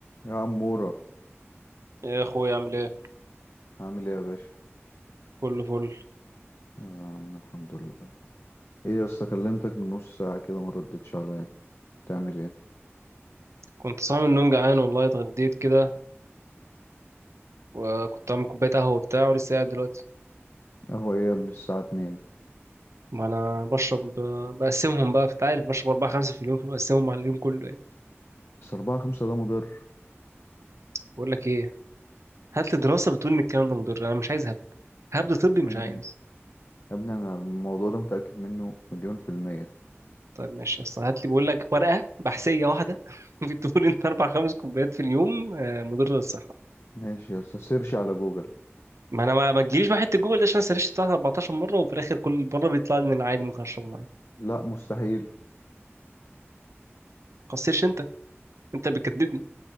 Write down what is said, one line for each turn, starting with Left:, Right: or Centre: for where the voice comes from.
Left: يا عمورة
Right: يا اخويا عامل ايه
Left: عامل ايه يا باشا
Right: كله فل
Left: يا عم الحمد لله ايه يا اسطى كلمتك من نص ساعة كده ما ردتش عليا تعمل ايه
Right: كنت صايم من النوم جعان والله اتغديت كده وكنت عامل كوبايه قهوه وبتاع ولسه قاعد دلوقتي
Left: قهوة ايه يا ابني الساعة اتنين
Right: ما انا بشرب بقسمهم بقى انت عارف بشرب اربعه خمسه في اليوم فبقسمهم على اليوم كله يعني
Left: بس اربعة خمسة ده مضر
Right: بقول لك ايه هات لي دراسه بتقول ان الكلام ده مضر انا مش عايز هبد هبد طبي مش
Left: يا ابني
Right: عايز
Left: يا ابني انا الموضوع ده متأكد منه مليون في المية
Right: طيب ماشي يا اسطى هات لي بقول لك ورقه بحثيه واحده <laughs> بتقول ان اربع خمس كوبايات في اليوم آه، مضره للصحه
Left: ماشي يا اسطى سيرش على جوجل
Right: ما انا ما ما تجيليش بقى حته جوجل دي عشان أنا سرشت بتاعت 14 مره وفي الاخر كل مره بيطلع لي ان أنا عادي ممكن اشربه عادي ما
Left: لا مستحيل
Right: تقصرش انت انت اللي بتكدبني